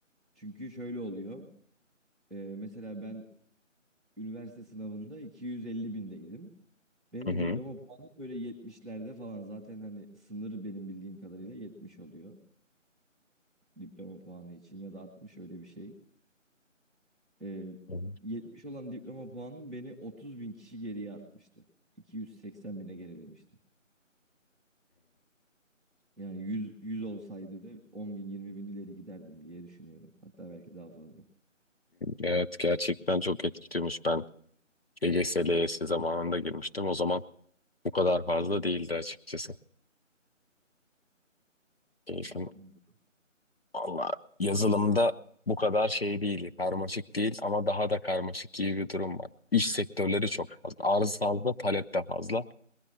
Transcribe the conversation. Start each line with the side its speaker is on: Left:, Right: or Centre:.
Centre: Çünkü şöyle oluyor. Ee, mesela ben üniversite sınavında 250 bindeydim. Benim
Left: Hı
Centre: de
Left: hı.
Centre: diploma puanım böyle 70'lerde falan. Zaten hani sınır benim bildiğim kadarıyla 70 oluyor. Diploma puanı için ya da 60 öyle bir şey. Ee,
Left: Hı.
Centre: 70 olan diploma puanım beni 30 bin kişi geriye atmıştı. 280 bine gerilemiştim. Yani 100 100 olsaydı 10 bin 20 bin ileri giderdim diye düşünüyorum. Hatta belki daha fazla.
Left: Evet gerçekten çok etkiliyormuş. Ben LGS, LYS zamanında girmiştim. O zaman bu kadar fazla değildi açıkçası. Eğitim
Centre: Hmm, anladım.
Left: Valla yazılımda bu kadar şey değil, karmaşık değil ama daha da karmaşık gibi bir durum var. İş sektörleri çok fazla, arz fazla, talep de fazla.